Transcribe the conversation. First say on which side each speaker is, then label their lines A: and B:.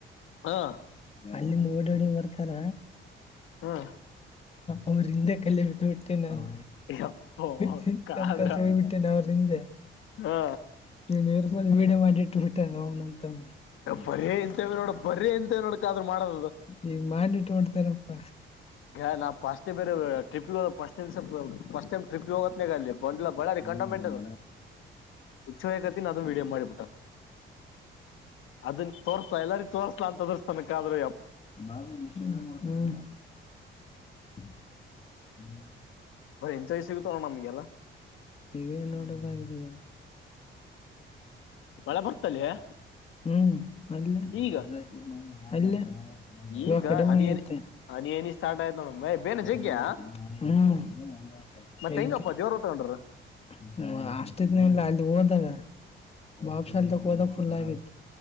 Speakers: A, on the left; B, on the left.
A: ಹಾ
B: ಅಲ್ಲಿಂದ ಓಡೋಡಿ ಬರ್ತಾರ
A: ಹಾ
B: ಅವರಿಂದ ಕಲೆ ನೋಟೆ ನಾನು
A: ಯಪ್ಪೋ
B: ಟ್ಟ
A: ಕಾದ್ರ
B: ನವರರಿಂದ
A: ಹಾ
B: ಇ ಒಂದು ವೀಡಿಯೋ ಮಾಡಿಟ್ಟ ಬಿಟ್ಟಾನ ಅವನಂತ ಅವನು
A: ಬರೇ ಇಂತವ ನೋಡ ಬರೇ ಇಂತವ ನೋಡಕಾದ್ರೂ ಮಾಡೋದದು
B: ಈಗ ಮಾಡಿಟ್ಟು ಹೊಡ್ತಾರಪ್ಪ
A: ಈಗ ನಾ ಫಸ್ಟ್ ಬೇರೆ ಟ್ರಿಪ್ಿಗೆ ಸ್ ಸ್ಟ್ ಟೈ್ ಟ್ರಿಪ್ಗೆ ಹೋಗತ್ತೇಗ ಅ ಬಂಡ್ಲ ಬಳಾರಿ
B: ಹ್ಮ್
A: ಕಂಡಮೆಂಟ್ ಅದ ಹುಚ್ಚಕತಿನ ಅದನ್ ವೀಡಿಯೋ ಮಾಡಿಬಿಟ್ಟಲ್ಲ ಅದನ್ ತೋರ್ಸ್ಲಾ ಎಲ್ಲಾರಿ ತೋರ್ಲಾ ಅಂತದ್ರ ತನಕ ಆದ್ರೆ
B: <unintelligible> <inaudible>
A: ಬರ ಇಂಥ ವ್ ಸಿಗುತ್ತಾವಣ ನಮ್ಗೆಲ್ಲಾ <unintelligible>
B: ಇವೋಡ ಕತಿವರ <unintelligible>
A: ಮಳೆ ಬರ್ತಲ್ಲಿ <unintelligible>
B: ಹ್ಮ್ ಅಲ್ಲ <unintelligible>
A: ಈಗ
B: ಅಲ್ಲ
A: ಈಗ
B: ಇವಾ ಕಡಿಮೆ
A: ಹನಿ
B: ಆಗುತ್ತೆ
A: ಹನಿ
B: <unintelligible>
A: ಹನಿ ಹನಿ ಸ್ಟಾರ್ಟ್ ಆಯ್ತ್ ನೋಡ ಮೇ
B: <unintelligible>
A: ಬೇನ
B: ಹು
A: ಜಗ್ಯ
B: <unintelligible>
A: ಮತ್ತೆ ಹೆಂಗಪ್ಪ ದೇವ್ರ ತಗೊಂಡ್ರ
B: ಹ ಅಷ್ಟ ಇದ್ನ ಇಲ್ಲ ಅಲ್ಲಿ ಹೋದಾಗ ಬಾಪ್ಸ ಅಲ್ದಕ್ <unintelligible> ಹೋದಾಗ ಫುಲ್ ಆಗಿತ್ತು